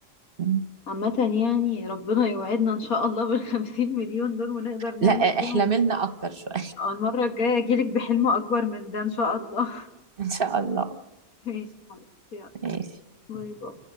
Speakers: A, on the right; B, on the left.
A: م.
B: عامة يعني ربنا يوعدنا ان شاء الله بالخمسين مليون دول ونقدر نعمل
A: لا
B: بيهم
A: احلملنا اكتر شويه
B: آه، المرة الجاية اجيلك بحلم اكبر من ده ان شاء الله
A: <laughs> ان شاء الله
B: <laughs> ماشي حبيبتي، يلا
A: ماشي
B: باي باي